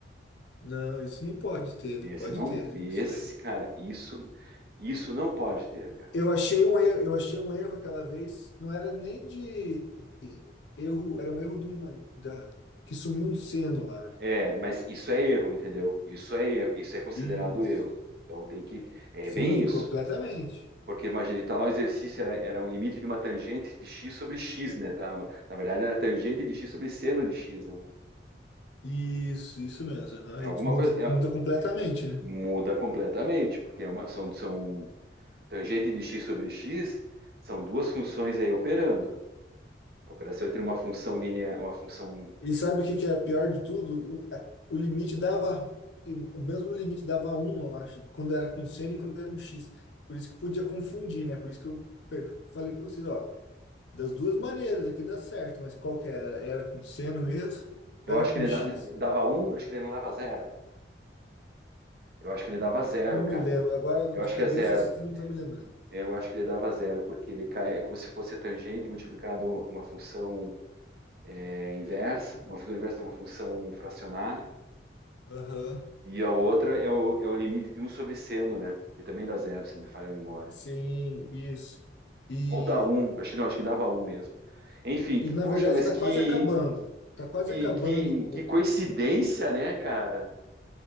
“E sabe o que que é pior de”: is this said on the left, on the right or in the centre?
Left